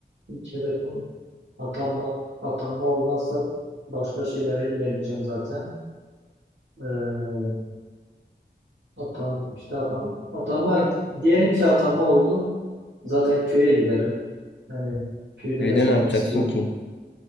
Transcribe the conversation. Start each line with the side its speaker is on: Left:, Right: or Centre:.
Right: ilk hedefim atanmak atanma olmazsa başka şeylere yöneleceğim zaten ee, atan işte atan atanma diyelim ki atanma oldu zaten köye giderim yani köyde
Left: Köyde
Right: yaşamak
Left: ne yapacaksın
Right: istiyorum
Left: ki?